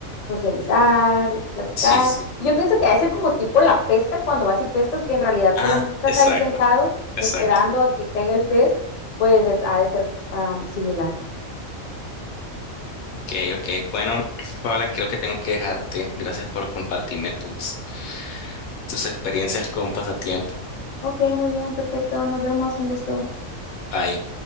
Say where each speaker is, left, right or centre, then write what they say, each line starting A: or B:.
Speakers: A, on the left (about 50°); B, on the left (about 85°).
A: socializar, platicar.
B: Sí, sí.
A: Yo pienso que ha de ser como tipo la pesca, cuando vas y pescas, que en realidad
B: Ah,
A: solamente estás
B: Exacto,
A: ahí sentado
B: exacto.
A: esperando a que caiga el pez, pues es, ha de ser am, similar.
B: ok, ok. Bueno, Paola, creo que tengo que dejarte. Gracias por compartirme tus, tus experiencias con pasatiempo.
A: Ok, muy bien, perfecto, nos vemos, un gusto.
B: Bye.